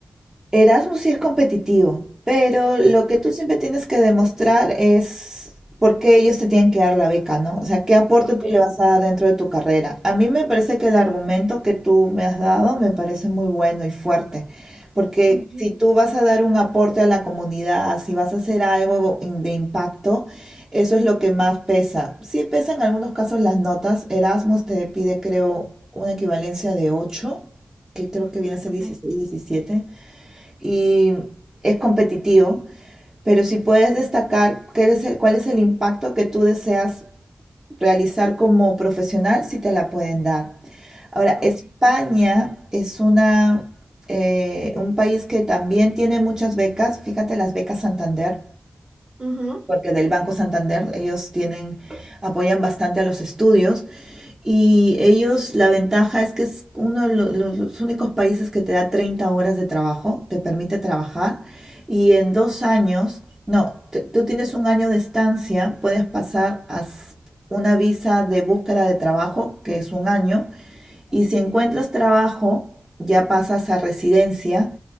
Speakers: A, on the right; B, on the right.
A: Erasmus sí es competitivo, pero lo que tú siempre tienes que demostrar es por qué ellos te tienen que dar la beca, ¿no? O sea, qué aporte
B: Ok.
A: tú le vas a dar dentro de tu carrera. A mí me parece que el argumento que tú me has dado me parece muy bueno y fuerte, porque
B: Ujú,
A: si tú vas a dar un aporte a la comunidad, si vas a hacer algo in- de impacto, eso es lo que más pesa. Sí pesa en algunos casos las notas. Erasmus te pide, creo, una equivalencia de 8, que creo que viene a ser
B: ok,
A: 16, 17 y es competitivo, pero si puedes destacar qué es el- cuál es el impacto que tú deseas realizar como profesional, si te la pueden dar. Ahora,
B: ok.
A: España es una, eh, un país que también tiene muchas becas. Fíjate las becas Santander,
B: Ujú,
A: porque del Banco Santander ellos tienen, apoyan bastante a los estudios. Y ellos, la ventaja es que es uno de lo- los, los únicos países que te da 30 horas de trabajo, te permite trabajar. Y en dos años, no, t- tú tienes un año de estancia, puedes pasar a s- una visa de búsqueda de trabajo, que es un año. Y si encuentras trabajo, ya pasas a residencia.